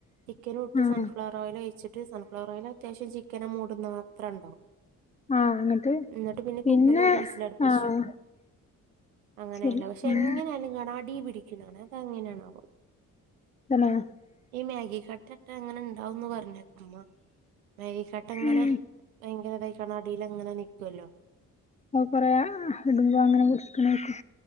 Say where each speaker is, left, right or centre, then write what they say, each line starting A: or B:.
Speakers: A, on the right; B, on the left.
A: ചിക്കനൂട്ട്
B: ആഹ്
A: സൺഫ്ലവർ ഓയിലോയിച്ചിട്ട് സൺഫ്ലവർ ഓയില് അത്യാവശ്യം ചിക്കനെ മൂടുന്നത്ര ഉണ്ടാവും.
B: ആഹ് എന്നിട്ട്
A: ന്നട്ട്പിന്നെ
B: പിന്നെ
A: കുക്കറിൽ ഒരു വിസിലടുപ്പിച്ചും.
B: ആഹ്
A: അങ്ങനെയല്ലോ
B: ശരി
A: പക്ഷെ
B: ഉം
A: എങ്ങനെ ആയാലും കാണാ അടി പിടിക്കുന്ന കാണ അതങ്ങനെയാണാവോ?
B: തന്നെ
A: ഈ മാഗി കട്ട ഇട്ട എങ്ങന ഇണ്ടാവുന്ന് പറഞ്ഞാരുന്നോ ഉമ്മ മാഗി കട്ട ഇങ്ങനെ
B: ഉം
A: വയങ്ങരതയികണ്ട് അടീലങ്ങനെ നിക്കുവല്ലോ
B: അ കൊറെ ഇടുമ്പോ അങ്ങനെ നിക്ക്ണെക്കും.